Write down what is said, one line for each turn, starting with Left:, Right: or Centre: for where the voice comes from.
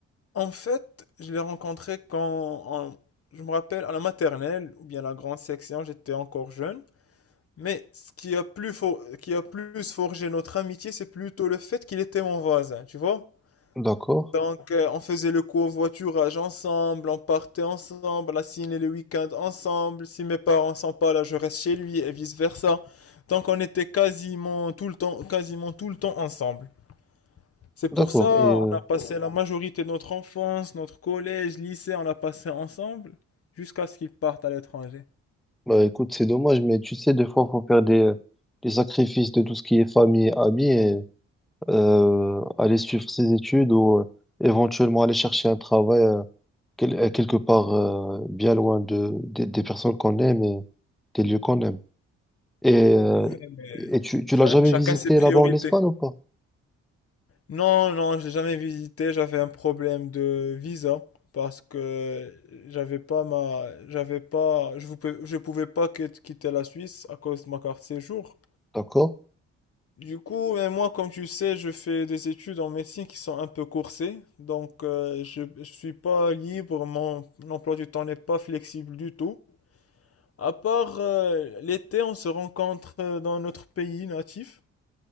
Left: En fait, je l'ai rencontré quand, en- je me rappelle, à la maternelle ou bien la grande section, j'étais encore jeune. Mais ce qui a plus, for- qui a plus forgé notre amitié, c'est plutôt le fait qu'il était mon voisin, tu vois?
Centre: D'accord,
Left: Donc, euh, on faisait le covoiturage ensemble, on partait ensemble, la ciné le week-end ensemble. Si mes parents sont pas là, je reste chez lui et vice-versa. Donc, on était quasiment tout le temps, quasiment tout le temps ensemble. C'est pour
Centre: d'accord.
Left: ça,
Centre: Et, euh,
Left: on a passé la majorité de notre enfance, notre collège, lycée, on l'a passé ensemble, jusqu'à ce qu'ils partent à l'étranger.
Centre: bah, écoute, c'est dommage, mais tu sais, des fois, faut faire des, des sacrifices de tout ce qui est famille, amis euh, aller suivre ses études ou euh, éventuellement aller chercher un travail euh, quel- euh, quelque part euh, bien loin de, des des personnes qu'on aime et des lieux qu'on aime. Et, euh,
Left: Ouais, mais
Centre: et tu, tu
Left: cha-
Centre: l'as jamais
Left: chacun
Centre: visité
Left: ses priorités.
Centre: là-bas en Espagne ou pas?
Left: Non, non, j'ai jamais visité. J'avais un problème de visa parce que j'avais pas ma, j'avais pas, je vous, pouvais- je pouvais pas que- quitter la Suisse à cause de ma carte séjour.
Centre: D'accord?
Left: Du coup, mais moi, comme tu sais, je fais des études en médecine qui sont un peu coursées, donc euh, je, je suis pas libre, mon emploi du temps n'est pas flexible du tout. À part euh, l'été, on se rencontre euh, dans notre pays natif.